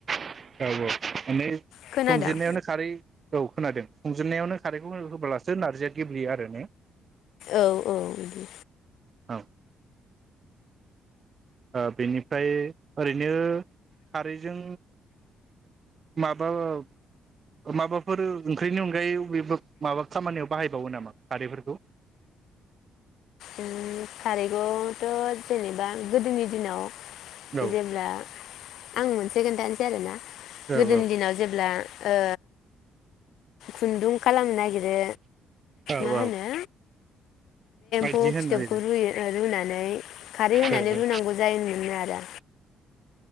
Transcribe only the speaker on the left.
खोनादों
औ औ बिदि।
ओ खारैगथ' जेनेबा गोदोनि दिनाव।
जेब्ला आं मोनसे खोन्थानोसै आरो ना।
गोदोनि दिनाव जेब्ला। ओ खुन्दुं खालामनो नागिरो।
ना होनो
खौ
फिथोबखौ
रुयो ओ रुनानै। खारै होनानै
रुनांगौ जायो। होनो आरो